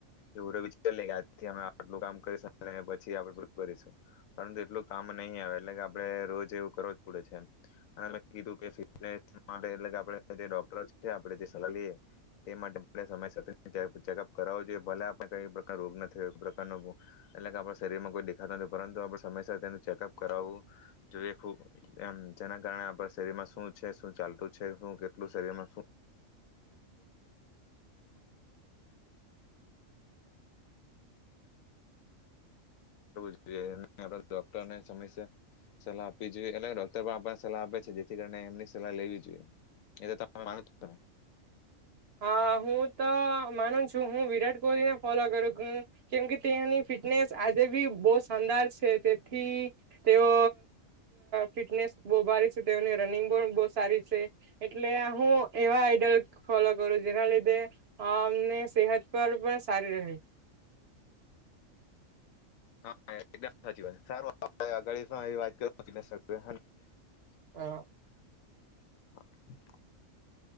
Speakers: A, on the left (about 80°); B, on the right (about 55°).
A: એવું તો વિચાર લઈએ કે આજથી અમે આટલું કામ કરીશુ અને પછી આપડે પેલું ભરીશું. પણ તેટલું કામ નહી આવે એટલે કે આપડે રોજ એવું કરવુ જ પડે છે એમ અને કીધુ કે <unintelligible> એટલે આપણે જે ડોક્ટર આવે છે તે આપણે સલાહ લીએ તે માટે સમય સાથે ચેકઅપ કરાવુ જોઈએ ભલે આપડે કઈ પ્રકાર રોગ નથી, ઈ પ્રકારનો <unintelligible> એટલે કે આપડા શરીરમાં કોઈ દેખાતા <unintelligible> પરંતુ આપણે સમયસર તેનું ચેકઅપ કરાવવું જોઈએ ખુબ એમ જેના કારણે આપણા શરીરમાં શું છે શું ચાલતું છે શું કેટલું શરીરમાં <unintelligible> જોઈએ આપણે ડોક્ટરને સમયસર સલાહ આપવી જોઈએ અને ડોક્ટર પણ આપણને સલાહ આપે છે જેથી કરી એમની સલાહ લેવી જોઈએ એ તો <unintelligible>
B: હા. હું તો માનું જ. હું વિરાટ કોહલીને ફોલો કરું, કેમ કે તેની ફિટનેસ આજે બી બહ શાનદાર છે. તેથી તેઓ ફિટનેસ બહુ ભારી છે. તેઓની રનિંગ પણ બહ સારી છે. એટલે હું એવા આઈડલ ફોલો કરું જેના લીધે અમને સેહત પર પણ સારી રહે.
A: સાચી વાત સારું <unintelligible> વાત
B: અ
A: <inaudible>